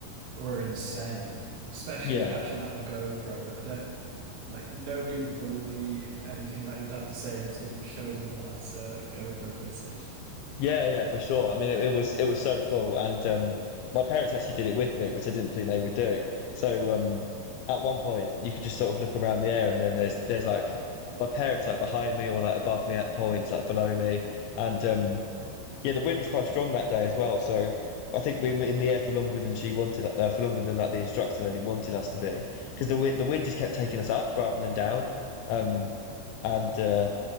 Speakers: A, on the right; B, on the left.
A: were insane, especially
B: Yeah.
A: catching that on GoPro. I don't like nobody would believe anything that you would have to say until you show them that uh, GoPro footage.
B: Yeah, yeah, for sure. I mean, it, it was it was so cool, and um, my parents actually did it with me, which I didn't think they would do. So um, at one point, you could just sort of look around the air, and then there's there's like my parents like behind me or like above me at points, like below me, and um, yeah, the wind was quite strong that day as well. So I think we were in the air for longer than she wanted, uh, for longer than like the instructor lady wanted us to be, because the wi- the wind just kept taking us up rather than down, um, and uh,